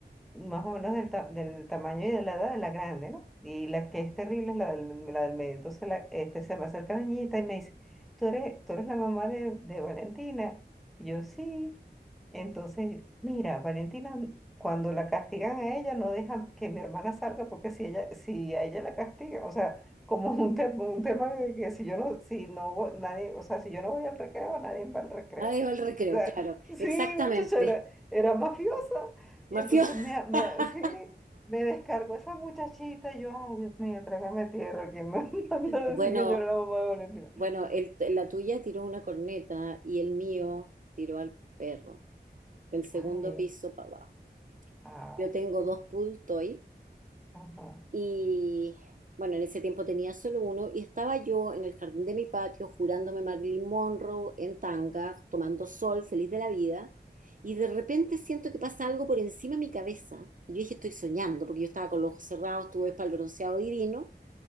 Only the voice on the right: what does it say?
la dejó el recreo,
claro,
exactamente.
Mafioso.
<laughs>
Bueno,
bueno, el- la tuya tiró una corneta y el mío tiró al perro, del segundo
piso para abajo.
Yo tengo dos pool toy
Y bueno, en ese tiempo tenía solo uno y estaba yo en el jardín de mi patio jurándome Marilyn Monroe en tanga, tomando sol, feliz de la vida. Y de repente siento que pasa algo por encima de mi cabeza. Y yo dije, estoy soñando, porque yo estaba con los ojos cerrados, estuve espalbroceado divino.